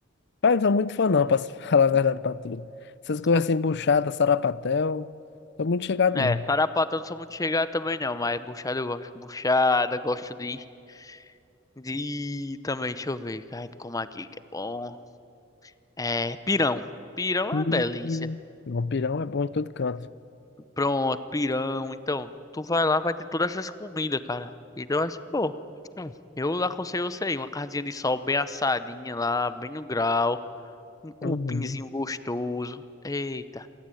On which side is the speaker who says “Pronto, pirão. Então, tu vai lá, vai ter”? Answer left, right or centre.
Left